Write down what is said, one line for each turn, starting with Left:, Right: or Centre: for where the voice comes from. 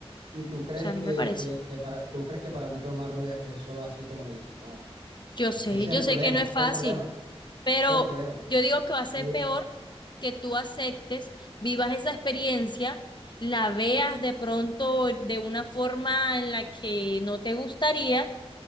Right: y tú crees
Left: sea, no
Right: que,
Left: me parece.
Right: que, que para, tú crees que para mí tomarlo es, es solo así como lo dices. No,
Left: Yo sé,
Right: es que ese
Left: yo
Right: es el problema,
Left: sé que no es
Right: ese
Left: fácil.
Right: es el problema,
Left: Pero
Right: ese es el problema.
Left: yo digo que va a ser
Right: Eh,
Left: peor que tú aceptes, vivas esa experiencia, la veas de pronto de una forma en la que no te gustaría